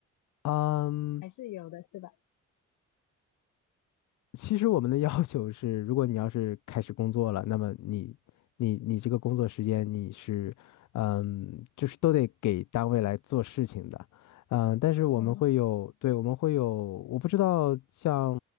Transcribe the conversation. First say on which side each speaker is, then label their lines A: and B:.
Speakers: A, on the left; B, on the left.
A: 嗯。
B: 还是有的是吧？
A: 其实我们的要求是，如果你要是开始工作了，那么你你你这个工作时间你是，嗯，就是都得给单位来做事情的，嗯，但是我们会有，
B: 哦
A: 对，我们会有，我不知道像